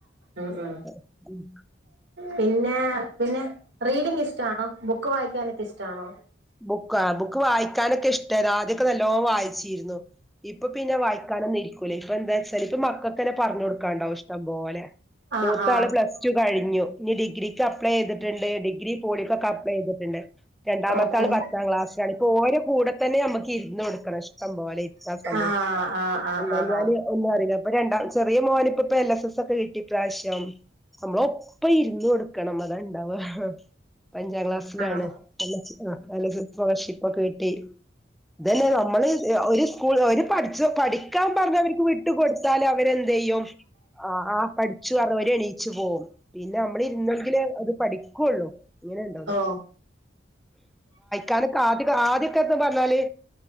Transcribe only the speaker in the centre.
മക്കളൊക്കെ
ഉം
ബുക്ക് ബുക്ക് വായിക്കാനൊക്കെ ഇഷ്ടാ ആദ്യൊക്കെ നല്ലോണം വായിച്ചിരുന്നു ഇപ്പൊ പിന്നെ വായിക്കാനും ഇരിക്കൂലേ ഇപ്പൊ എന്താച്ചാൽ ഇപ്പ മക്ക ങ്ങനെ പറഞ്ഞു കൊടുക്കാണ്ടാവും ഇഷ്ടം പോലെ
മൂത്ത
ആള് പ്ലസ് ടു കഴിഞ്ഞു ഞ് ഡിഗ്രി ക്ക് അപ്ലൈ ചെയ്തിട്ട്ണ്ട് ഡിഗ്രി പോളിക്കൊക്കെ അപ്ലൈ ചെയ്തിട്ട്ണ്ട് രണ്ടാമത്തെ
പത്താം ക്ലാസ്സിലാണ് ഇപ്പോ ഓരെ കൂടെ തന്നെ നമുക്ക് ഇരുന്ന് കൊടുക്കണം ഇഷ്ടം പോലെ ഇരിക്ക സമയം
അല്ലെഞ്ഞാൽ
ഒന്നും അറീല്ല ഇപ്പൊ രണ്ടാം ചെറിയ മോൻ ഇപ്പ ഇപ്പൊ എൽ എസ് എസ് ഒക്കെ കിട്ടി ഇപ്രാവശ്യം നമ്മള് ഒപ്പം ഇരുന്ന് കൊടുക്കണം അതണ്ടാവ പ്പോ അഞ്ചാം ക്ലാസ്സിലാണ്
പ്പോ സ്കോളർഷിപ്പൊക്കെ കിട്ടി ഇതന്നെ നമ്മള് ഒരു സ്കൂൾ ഒരു പഠിച്ച പഠിക്കാൻ പറഞ്ഞ അവർക്ക് വിട്ടു കൊടുത്താല് അവരെന്ത് ചെയ്യും ആ ആ പഠിച്ചു പറഞ് അവര് എണീച്ചു പോവും പിന്നെ നമ്മള ഇരുന്നെങ്കില് ഒര് പഠിക്കുള്ളൂ അങ്ങനെണ്ടോന്ന്
ഞാനോക്കെ ആദ്യൊക്കെ എന്ന് പറഞ്ഞാല്